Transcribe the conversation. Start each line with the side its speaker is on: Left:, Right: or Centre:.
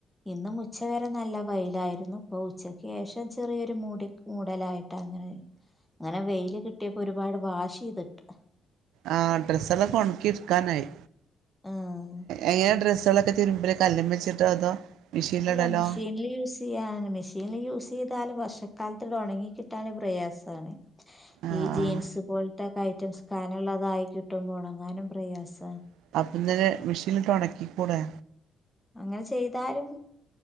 Centre: ഇന്നും ഉച്ച വരെ നല്ല വയ്ലായിരുന്നു ഇപ്പൊ ഉച്ചക്ക് ശേഷം ചെറിയൊരു മൂടി മൂടലായിട്ടാങ്ങനെ അങ്ങനെ വെയ്ല് കിട്ടിയപ്പോ ഒരുപാട് വാഷ് ചെയ്തിട്ടു
Right: ആ ഡ്രസ്സല്ലാക്കെ ഒണക്കിടുക്കാനായി
Centre: ആഹ്
Right: എങ്ങനെ ഡ്രസ്സുകളൊക്കെ തിരുമ്പല് കല്ലുമ്മെച്ചിട്ടോ അതോ മെഷീനിലിടലോ
Centre: അല്ല മെഷീൻല് യൂസിയാന് മെഷീൻ യൂസ് യ്താലും വർഷക്കാലത്ത്ന്ടെ ഒണങ്ങി കിട്ടാന് പ്രയാസാണ്
Right: ആഹ്
Centre: ഈ
Right: ആഹ്
Centre: ജീൻസ് പോലത്തെക്കെ ഐറ്റംസ് കനള്ളതായികിട്ടുമ്പോൾ ഒണങ്ങാനും പ്രയാസ്
Right: <unintelligible> മെഷീന്ല്ട്ട് ഒണക്കിക്കൂടെ
Centre: അങ്ങനെ ചെയ്താലും